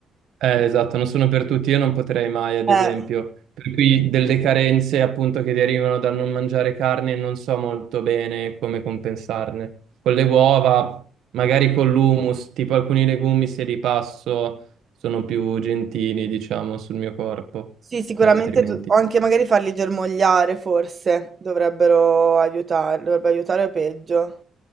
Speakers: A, on the right; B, on the right.
A: Eh, esatto, non sono per tutti, io non potrei mai, ad
B: Eh,
A: esempio, per cui delle carenze appunto che derivano dal non mangiare carne non so molto bene come compensarne. Con le uova, magari con l'humus, tipo alcuni legumi se li passo sono più gentili, diciamo, sul mio corpo,
B: sì, sicuramente
A: eh, altrimenti.
B: tu- o anche magari farli germogliare forse dovrebbero aiutare, dovrebbe aiutare o peggio.